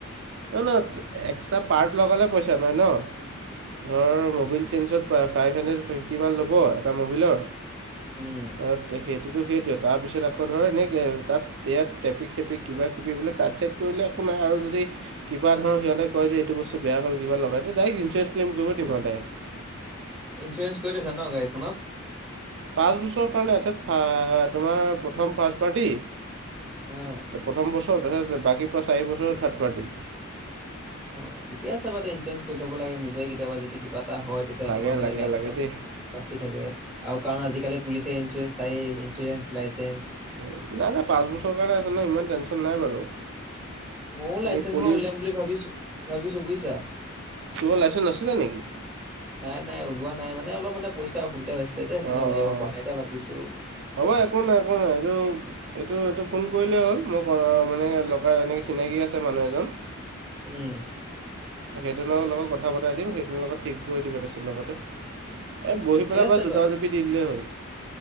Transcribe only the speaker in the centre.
উম।
ইঞ্চুৰেঞ্চ কৰি থৈছা ন গাড়ীখনত?
অঁ।
অ ঠিকে আছে বাৰুতে ইঞ্চুৰেঞ্চ কৰি থব লাগে। নিজে কেতিয়াবা যদি কিবা এটা হয় তেতিয়া
তোমাৰ মানে
গাড়ীখনৰ
বাচি থাকে আৰু কাৰণ আজিকালি পুলিচে ইঞ্চুৰেঞ্চ চায়েই, ইঞ্চুৰেঞ্চ লাইচেঞ্চ।
মও লাইচেঞ্চ
এখন উলিয়াম বুলি ভাবিছোঁ ভাবিছোঁ বুয়িছা।
নাই নাই ওলোৱা নাই মানে অলপ মানে পইচা অসুবিধা হৈছিলে যে সেইকাৰণে
উলিয়াব পৰা নাই। এতিয়া ভাবিছোঁ
উম।
ঠিকে
আছে
বাৰু তে